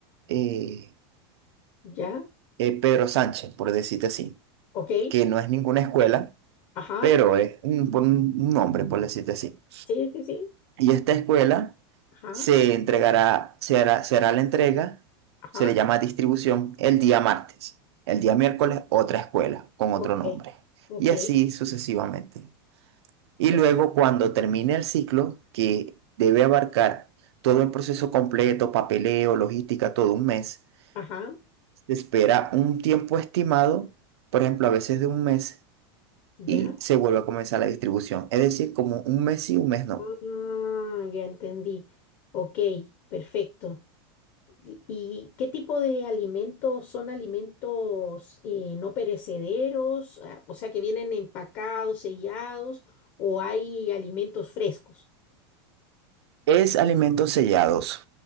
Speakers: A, on the right; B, on the left.
A: eh,
B: ya,
A: eh, Pedro Sánchez, por decirte así,
B: ok,
A: que no es ninguna escuela,
B: ajá,
A: pero es un, por un nombre, por decirte así.
B: sí, sí, sí,
A: Y esta escuela
B: ajá,
A: se entregará, se hará, se hará la entrega,
B: ajá,
A: se le llama distribución el día martes. El día miércoles, otra escuela con otro
B: ok,
A: nombre.
B: ok,
A: Y así sucesivamente. Y
B: perfecto,
A: luego, cuando termine el ciclo, que debe abarcar todo el proceso completo, papeleo, logística, todo un mes,
B: ajá,
A: se espera un tiempo estimado, por ejemplo, a veces de un mes,
B: ya,
A: y se vuelve a comenzar la distribución. Es decir, como un mes y un mes no.
B: mm, ya entendí, ok, perfecto. ¿Y y qué tipo de alimentos son alimentos eh, no perecederos? Ah, O sea, que vienen empacados, sellados, o hay alimentos frescos.
A: Es alimentos sellados.